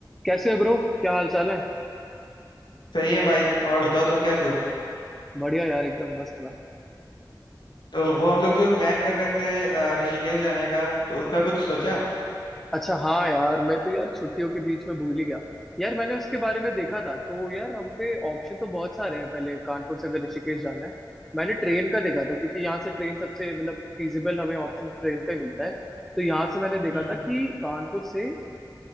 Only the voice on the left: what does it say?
सही है भाई और बताओ तुम कैसे हो
तो वो हम लोग जो प्लान कर रहे थे अ, ऋषिकेश जाने का तो उसका कुछ सोचा
हम्म